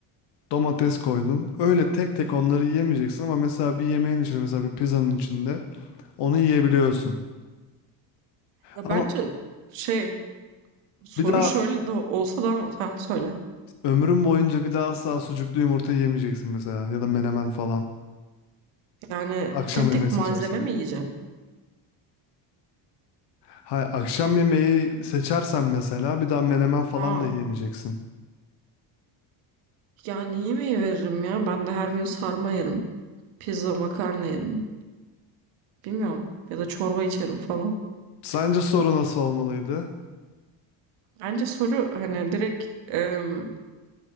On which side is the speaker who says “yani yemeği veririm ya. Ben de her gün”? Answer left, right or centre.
Right